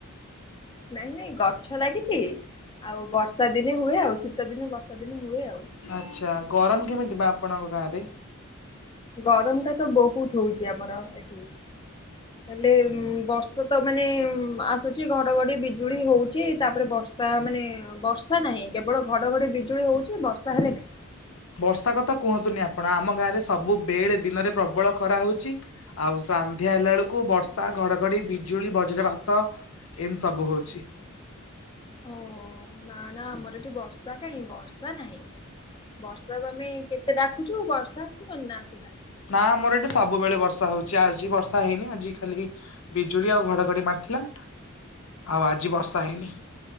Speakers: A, on the left (about 20°); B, on the left (about 70°).
A: ନାଇଁ ନାଇଁ ଗଛ ଲାଗିଛି। ଆଉ ବର୍ଷା ଦିନେ ହୁଏ ଆଉ ଶୀତ ଦିନେ ବର୍ଷା ଦିନେ ହୁଏ ଆଉ।
B: ଆଚ୍ଛା ଗରମ କେମିତି ବା ଆପଣଙ୍କ ଗାଁ ରେ?
A: ଗରମ ଟା ତ ବହୁତ ହଉଛି ଆମର ଏଠି। ହେଲେ ଉଁ ବର୍ଷ ତ ମାନେ ଉଁ ଆସୁଛି ଘଡଘଡି ବିଜୁଳି ହଉଛି ତାପରେ ବର୍ସ ଷା ମାନେ ବର୍ଷା ନାହିଁ କେବଳ ଘଡଘଡ଼ି ବିଜୁଳି ହଉଚି ବର୍ଷା ହେଲେ ନାହିଁ।
B: ବର୍ଷା କଥା କୁହନ୍ତୁନି ଆପଣ ଆମ ଗାଁରେ ସବୁ ବେଳେ ଦିନରେ ପ୍ରବଳ ଖରା ହଉଚି। ଆଉ ସାନ୍ଧ୍ୟା ହେଲା ବେଳକୁ ବର୍ଷା, ଘଡଘଡି, ବିଜୁଳି, ବଜ୍ରପାତ। ଏମିତି ସବୁ ହଉଚି।
A: ଓହୋ ନା ନା ଆମର ଏଠି ବର୍ଷା କାହିଁ ବର୍ଷା ନାହିଁ। ବର୍ଷାକୁ ଆମେ କେତେ ଡାକୁଚୁ ବର୍ଷା ଆସୁଚନ୍ତି ନା ଆସୁନାହାନ୍ତି।
B: ନା ଆମର ଏଠି ସବୁବେଳେ ବର୍ଷା ହଉଚି ଆଜି ବର୍ଷା ହେଇନି ଆଜି ଖାଲି। ବିଜୁଳି ଆଉ ଘଡଘଡି ମାରିଥିଲା ଆଉ ଆଜି ବର୍ଷା ହେଇନି।